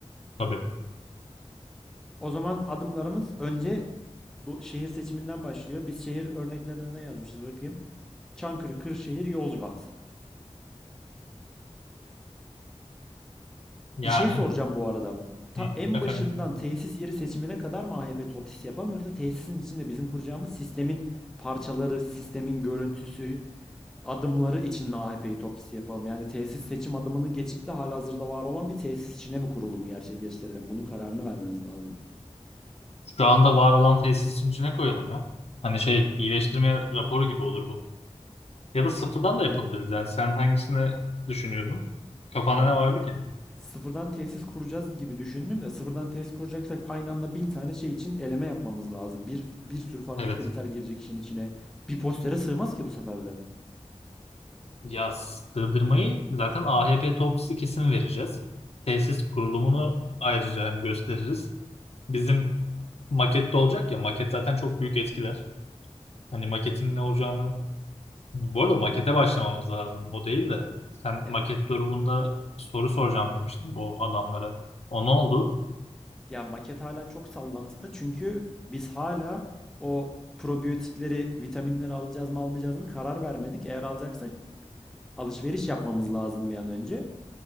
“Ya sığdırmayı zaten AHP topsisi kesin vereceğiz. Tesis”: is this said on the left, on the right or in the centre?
Left